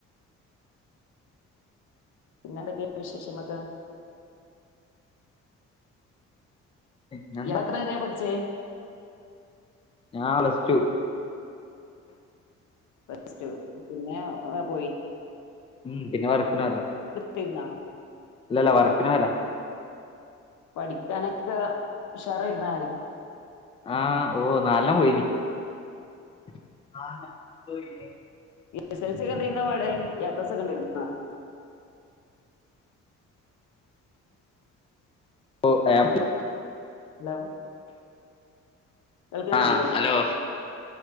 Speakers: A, on the left; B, on the left.
A: പിന്നെ എന്തൊക്കെ വിശേഷങ്ങൾക്ക
B: പിന്നെന്താ
A: ഇയാൾ എത്ര വരെയ പഠിച്ചേ
B: ഞാൻ പ്ലസ് ടു
A: പ്ലസ് ടു പിന്നെ ഓ
B: മ് പിന്നെ വർക്കിന് പോയതാ
A: പിനാ
B: അല്ലല്ല വർക്കിന് പോയല്ല
A: പഠിക്കാനൊക്കെ ഉഷറായിരുന്ന
B: ആ ഓ നാല്ല പോയിന് <unintelligible>
A: എസ് എൽസി ഒക്കെ ന്തെരുന്ന പാട് എ പ്ലസ് ഒക്കെ ണ്ടായിരുന്ന
B: ഓ എപ്പ്
A: ഹലോ കേൾക്കുന്നില്ലേ
B: ആ ഹലോ